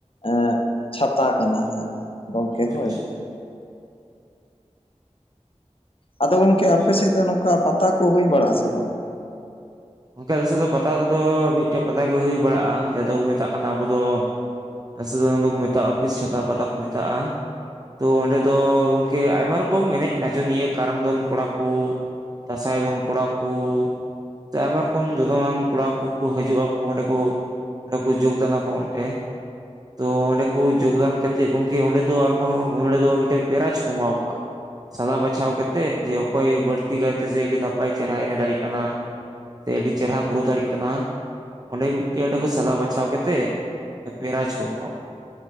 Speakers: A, on the left; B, on the right.
A: ᱮ ᱪᱷᱟᱛᱟ ᱠᱟᱱᱟ, ᱦᱟᱸᱜ ᱜᱚᱢᱠᱮ
B: ᱟᱪᱪᱷᱟ
A: ᱦᱳᱭ᱾
B: ᱟᱪᱪᱷᱟ
A: ᱟᱫᱚ ᱜᱚᱢᱠᱮ ᱟᱯᱮ
B: ᱟᱪᱪᱷᱟ
A: ᱥᱮᱫ ᱫᱚ ᱱᱚᱝᱠᱟ ᱯᱟᱛᱟ ᱠᱚ ᱦᱩᱭ ᱵᱟᱲᱟᱜ ᱟᱥᱮ ᱵᱟᱝ?
B: ᱜᱚᱢᱠᱮ ᱟᱞᱮ ᱥᱮᱫ ᱫᱚ ᱯᱟᱛᱟ ᱠᱚ ᱫᱚ ᱢᱤᱫᱴᱮᱡ ᱯᱟᱛᱟ ᱜᱮ ᱦᱩᱭ ᱵᱟᱲᱟᱜ-ᱟ ᱡᱟᱦᱟᱸ ᱫᱚ ᱵᱚ ᱢᱮᱛᱟᱜ ᱠᱟᱱᱟ ᱟᱵᱚ ᱫᱚ ᱟᱥᱮ ᱚᱱᱟ ᱫᱚ ᱠᱚ ᱢᱮᱛᱟᱜ-ᱟ ᱟᱹᱯᱤᱥ ᱪᱷᱟᱛᱟ ᱯᱟᱛᱟ ᱠᱚ ᱢᱮᱛᱟᱜ-ᱟ ᱾ ᱛᱚ ᱚᱸᱰᱮ ᱫᱚ ᱜᱚᱢᱠᱮ ᱟᱭᱢᱟ ᱨᱚᱠᱚᱢ ᱮᱱᱮᱡ ᱱᱟᱪᱚᱱᱤᱭᱟᱹ ᱠᱟᱨᱟᱢ ᱫᱚᱱ ᱠᱚᱲᱟ ᱠᱳ ᱫᱟᱸᱥᱟᱭ ᱫᱚᱱ ᱠᱚᱲᱟ ᱠᱳ ᱥᱮ ᱟᱭᱢᱟ ᱨᱚᱠᱚᱢ ᱫᱚᱫᱚᱱ ᱟᱱ ᱠᱚᱲᱟ ᱠᱳ ᱠᱳ ᱦᱤᱡᱩᱜ-ᱟᱠᱳ ᱚᱸᱰᱮ ᱠᱳ ᱚᱸᱰᱮ ᱠᱳ ᱡᱳᱜᱽ ᱫᱟᱱ ᱟᱠᱚ ᱚᱸᱰᱮ ᱾ ᱛᱚ ᱚᱸᱰᱮ ᱠᱳ ᱡᱳᱜᱽᱫᱟᱱ ᱠᱟᱛᱮᱫ ᱜᱚᱢᱠᱮ ᱚᱸᱰᱮ ᱫᱚ ᱟᱨᱦᱚᱸ ᱚᱸᱰᱮ ᱫᱚ ᱢᱤᱫᱴᱮᱡ ᱯᱮᱨᱟᱭᱤᱡᱽ ᱠᱚ ᱮᱢᱟ ᱠᱚᱣᱟ᱾ ᱥᱟᱞᱟ ᱵᱟᱪᱷᱟᱣ ᱠᱟᱛᱮᱫ ᱡᱮ ᱚᱠᱚᱭ ᱵᱟᱹᱲᱛᱤ ᱠᱟᱭ ᱛᱮ ᱥᱮ ᱟᱹᱰᱤ ᱱᱟᱯᱟᱭ ᱪᱮᱦᱨᱟᱭ ᱮᱱᱮᱡ ᱫᱟᱲᱮᱭᱟᱜ ᱠᱟᱱᱟ ᱾ ᱥᱮ ᱟᱹᱰᱤ ᱪᱮᱦᱨᱟ ᱜᱨᱳ ᱫᱟᱲᱮᱭᱟᱜ ᱠᱟᱱᱟ ᱾ ᱚᱸᱰᱮ ᱢᱤᱫᱴᱮᱱ ᱚᱸᱰᱮ ᱠᱚ ᱥᱟᱞᱟ ᱵᱟᱪᱷᱟᱣ ᱠᱟᱛᱮᱫ ᱯᱮᱨᱟᱭᱤᱡ ᱠᱚ ᱮᱢᱟᱣ ᱾